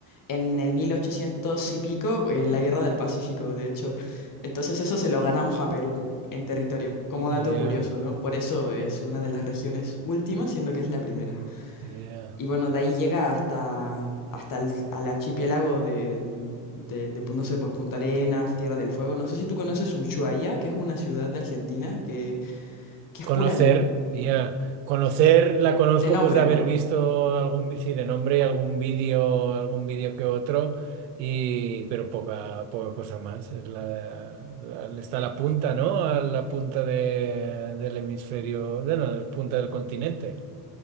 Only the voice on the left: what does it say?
en el 1800 y pico, en la Guerra del Pacífico, de hecho. Entonces eso se lo ganamos a Perú en territorio, como
dato curioso, ¿no? Por eso es una de las regiones últimas, siendo que es la primera.
Y bueno, de ahí llega hasta, hasta el, al archipiélago de, de, de, pues, no sé, pues Punta Arenas, Tierra del Fuego. No sé si tú conoces Ushuaia, que es una ciudad de Argentina que, que
es pura nieve.
De nombre,
¿no?